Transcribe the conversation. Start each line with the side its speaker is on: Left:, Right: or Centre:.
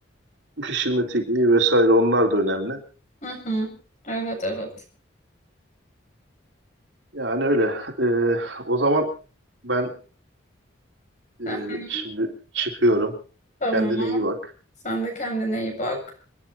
Right: pişirme tekniği vesaire onlar da önemli.
Left: Hı hı. Evet evet.
Right: Yani öyle. Ee, o zaman ben e,
Left: Hı hı.
Right: şimdi çıkıyorum.
Left: Tamam.
Right: Kendine iyi bak.
Left: Sen de kendine iyi bak.